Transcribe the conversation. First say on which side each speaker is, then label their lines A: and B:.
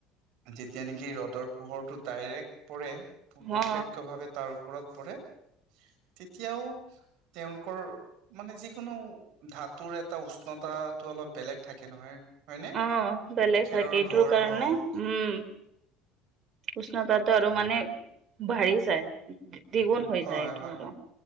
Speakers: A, on the right; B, on the right.
A: যেতিয়া নেকি ৰ'দৰ পোহৰটো ডাইৰেক্ট পৰে-
B: অ
A: প্ৰত্যক্ষভাৱে
B: অ
A: তাৰ ওপৰত পৰে, তেতিয়াও তেওঁলোকৰ মানে যিকোনো ধাতুৰ এটা উষ্ণতাটো অলপ বেলেগ থাকে নহয়। হয়নে?
B: অ বেলেগ
A: খেৰৰ
B: থাকে এইটোৰ
A: ঘৰ
B: কাৰণে
A: হওক
B: উম। উষ্ণতাটো আৰু মানে বাঢ়ি যায়, দ্বিগুণ হৈ
A: হয়
B: যায় এইটো
A: হয়
B: আৰু।